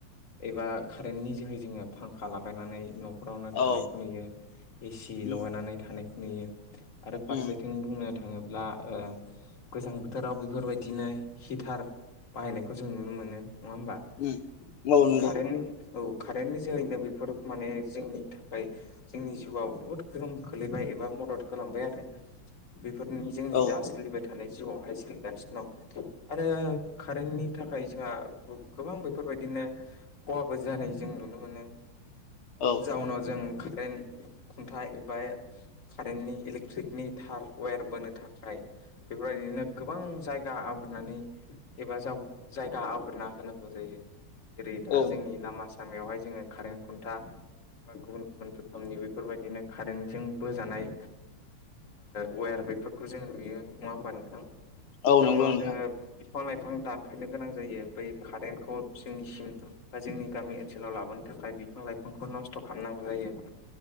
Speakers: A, on the left; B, on the left.
A: एबा कारेन्टनि जोहै जोङो फांखा लागायनानै न' खरावनो थानायखौ
B: औ
A: नुयो, ए सि
B: उम
A: लगायनानै थानायखौ नुयो आरो फारसेथिं
B: उम
A: बुंनो थाङोब्ला ओ गोजां बोथोराव बेफोरबायदिनो हिटार बाहायनायखौ जों नुनो मोनो नङा होमबा?
B: उम औ
A: उम
B: नंगौ
A: कारेन्टनि औ कारेन्टनि जोहैनो बेफोर माने जोंनि थाखाय जोंनि जिउआव बुहुत गोहोम खोलैबाय एबा मदद होलांबाय आरो बेफोरनि जोंनि
B: औ
A: दा सोलिबाय थानाय जिउआवहाय सोलिगासिनो दं <unintelligible> आरो कारेन्टनि थाखाय जोंहा गो गोबां बेफोरबायदिनो खहाबो जानाय जों नुनो मोनो।
B: औ
A: जाउनाव जों कारेन्ट खुन्थाइ एबा कारेन्टनि इलेक्ट्रिकनि थार वेर बोनो थाखाय बेफोरबायदिनो गोबां जायगा आवग्रिनानै एबा जाव जायगा आवग्रिना होनांगौ जाय। जेरै
B: औ
A: दा जोंनि लामा सामायावहाय जोङो कारेन्ट खुन्था बा गुबुन गुबुन रोखोमनि बेफोरबायदिनो कारेन्ट जोंबो जानाय ओ वेर बेफोरखौ जों नुयो नङा होमबा नोंथां?
B: औ
A: जाउनाव
B: नंगौ नोंथां
A: जोङो बिफां लाइफां दानफायनो गोनां जायो बै कारेन्टखौ जोंनिसिम बा जोंनि गामि ओनसोलाव लाबोनो थाखाय बिफां लाइफांखौ नस्थ' खालामनांगौ जायो।